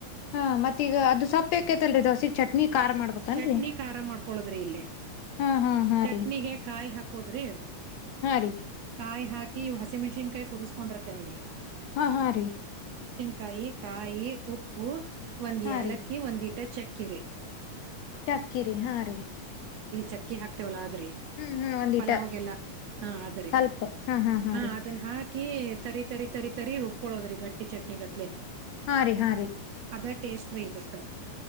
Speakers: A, on the left; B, on the right.
A: ಹಾ ಮತ್ತೀ ಈಗ ಅದು ಸೊಪ್ಪಕೇತಲ್ರಿ ದಸಿಗ್ ಚಟ್ನಿ ಖಾರ ಮಾಡ್ಬೇಕನ್ರಿ
B: ಚಟ್ನಿ ಖಾರ ಮಾಡ್ಕೊಳದ್ರಿ ಇಲ್ಲಿ
A: ಹಾ ಹಾ ಹಾ
B: ಚಟ್ನಿಗೆ
A: ರೀ
B: ಕಾಯಿ ಹಾಕೋದ್ರಿ
A: ಹಾ ರೀ
B: ಕಾಯಿ ಹಾಕಿ ಹಕಿ ಹಸಿ ಮಣಸಿನ್ಾಯ ಕುದ್ಕೊಂಡಿರತವಲ್ರಿ
A: ಹಾ ಹಾ ರೀ
B: ಕೈ ಕಾಯಿ ಉಪ್ಪು ಒಂದ್
A: ಹಾ
B: ಯಲಕ್ಕೆ
A: ರೀ
B: ಒಂದಿ ಟಚ್ ಪಚ್ಚಕ್ಕಿರಿ
A: ಚಾಕಿ ರ ಹಾ ರೀ
B: ಚಕ್ಕಿ ಹಾಕ್ತವಲ್ಲ <unintelligible>
A: ಹ್ಮ್ ಹ್ಮ್ ಒಂದಿಟ
B: ಪಲಾವ್ಗೆಲ್ಲ ಹ್ರ
A: ಸ್ವಲ್ಪ ಹಾ ಹಾ ಹಾ
B: ಹ
A: ರೀ
B: ಅದ ಹ ಹಾಕಿ ತರಿ ತರಿ ತರಿ ತರಿ ರುಬ್ಕೊಳ್ಳೋದ್ರಿ ಗಟ್ಟಿ ಚಟ್ನಿಗತ್ಲೆ
A: ಹಾಂ ರೀ ಹಾ ರೀ
B: ಅದಾ ಟೇಸ್ಟ್್ರ ಇದುಕ್ಕೆ